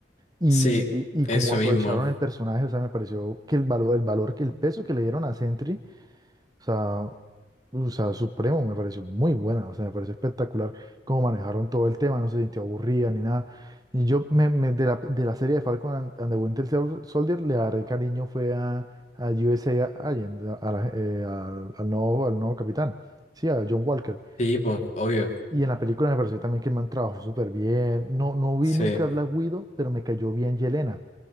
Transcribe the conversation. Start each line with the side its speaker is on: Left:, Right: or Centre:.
Right: Y,
Left: Sí,
Right: y, y
Left: eso
Right: como aprovecharon
Left: mismo.
Right: el personaje, o sea, me pareció que el valor, el valor, que el peso que le dieron a Sentry, o sea, o sea, supremo, me pareció muy buena, o sea, me pareció espectacular cómo manejaron todo el tema, no se sintió aburrida ni nada. Y yo, me, me- de la, de la serie de Falcon and, and the Winter Sol- Soldier, le agarré cariño fue a, a USA Agent, a, a la- eh, al al nuevo, al nuevo capitán, sí, a John Walker.
Left: Sí, po, obvio.
Right: Y en la película me pareció también que el man trabajó súper bien. No, no vi
Left: Sí.
Right: nunca Black Widow, pero me cayó bien Yelena